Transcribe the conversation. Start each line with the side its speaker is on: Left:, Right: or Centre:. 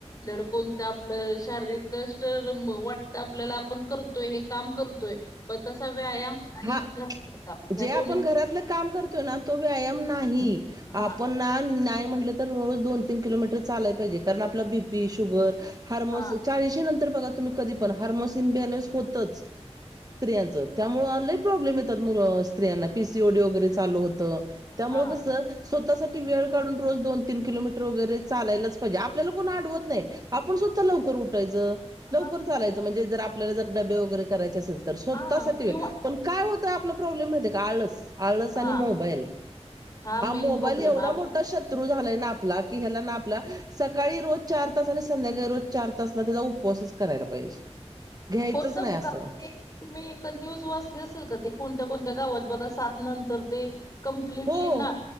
Left: धड कोणतं आपलं शारीरिक कष्ट वाटत आपल्याला आपण करतोय. हे काम करतोय पण तसा व्यायाम आणि
Right: हा
Left: घरातलं काम
Right: जे
Left: ह्या
Right: आपण
Left: दोन्हीत
Right: घरातलं काम करतो ना, तो व्यायाम नाही. आपण
Left: हां,
Right: ना नाही म्हटलं तर रोज दोन, तीन किलोमीटर चालाय पाहिजे. कारण आपला बी पी, शुगर हार्मोस,
Left: हां,
Right: चाळीशी नंतर बघा तुम्ही कधी पण हार्मोस इन बॅलन्स होतच. स्त्रियांचं त्यामुळ लय प्रॉब्लेम येतात मु स्त्रियांना पी सी ओ डी वगैरे चालू होतं त्यामुळे
Left: हां,
Right: कसं स्वतःसाठी वेळ काढून रोज दोन, तीन किलोमीटर वगैरे चालायलाच पाहिजे. आपल्याला कोण आडवत नाय. आपण स्वतः लवकर उठायचं.
Left: हां,
Right: लवकर चालायच म्हणजे जर आपल्याला जर डबे वगैरे करायचे असेल तर स्वतःसाठी
Left: हां किंवा
Right: वेळ पण काय होतंय आपला प्रॉब्लेममध्ये माहितीये का आळस आळस आणि
Left: हां.
Right: मोबाईल, हा
Left: मेन
Right: मोबाईल
Left: प्रॉब्लेम
Right: एवढा
Left: आहे आपण
Right: मोठा शत् शत्रू झालाय ना आपला की, ह्याला ना आपला सकाळी रोज चार तास आणि संध्याकाळी रोज चार तास न त्याजा उप उपवासच करायला पाहिजे. घ्यायचंच
Left: होत
Right: नाय असं
Left: का ते तुम्ही एक न्यूज वाचली असेल का ते कोणत्या, कोणत्या गावात बघा सात नंतर ते कंप्लिटली
Right: हो.
Left: ना